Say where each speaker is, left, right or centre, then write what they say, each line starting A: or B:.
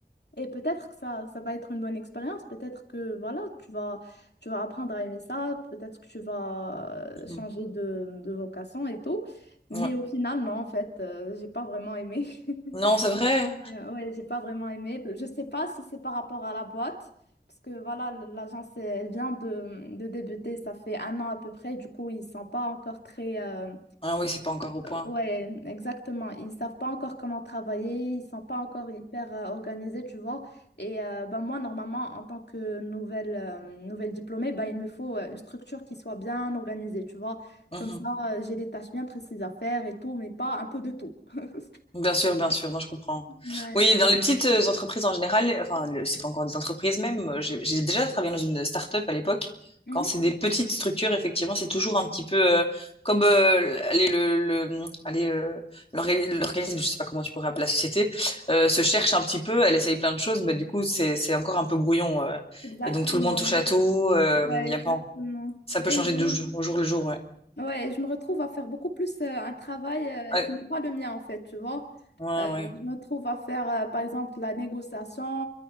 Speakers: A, on the left; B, on the left.
A: Et peut-être que ça, ça va être une bonne expérience. Peut-être que voilà, tu vas, tu vas apprendre à aimer ça. Peut-être que tu vas
B: Mhm.
A: euh, changer de, de vocation et tout. Mais
B: Ouais.
A: au final, non, en fait, euh, j'ai pas vraiment aimé. <laughs>
B: Non, c'est vrai.
A: Mais, euh, Ouais, j'ai pas vraiment aimé. Je sais pas si c'est par rapport à la boîte, parce que voilà, l'agence, elle vient de, de débuter, ça fait un an à peu près, du coup, ils sont pas encore très, euh,
B: Ah oui, c'est pas encore au point.
A: Ouais, exactement. Ils savent pas encore comment travailler, ils sont pas encore hyper euh, organisés, tu vois. Et euh, ben moi, normalement, en tant que nouvelle, euh, nouvelle diplômée, ben, il me faut euh, une structure qui soit bien organisée, tu vois.
B: Mhm.
A: Comme ça, euh, j'ai des tâches bien précises à faire et tout, mais pas un peu de tout. <laughs>
B: Bien sûr, bien sûr, non, je comprends.
A: Ouais,
B: Oui,
A: ouais.
B: dans les petites euh, entreprises en général, enfin, le- c'est pas encore des entreprises même, euh, j'ai j'ai déjà travaillé dans une start-up à l'époque.
A: Mhm.
B: Quand c'est des petites structures, effectivement, c'est toujours un petit peu euh, comme euh, allez, le, le, allez, euh, l'organi- l'organisme, je sais pas comment tu pourrais appeler la société, euh, se cherche un petit peu, elle essaye plein de choses, mais du coup, c'est, c'est encore un peu brouillon. euh.
A: Exactement.
B: et donc, tout le monde touche à tout, euh,
A: Ouais,
B: y
A: exactement.
B: a pas, ça peut
A: Et
B: changer
A: je
B: du
A: me
B: jour au jour le jour, ouais.
A: Ouais, je me retrouve à faire beaucoup plus euh, un travail euh,
B: Ah,
A: qui n'est pas le mien en fait, tu vois.
B: ouais,
A: Euh, je
B: ouais.
A: me retrouve à faire euh, par exemple la négociation,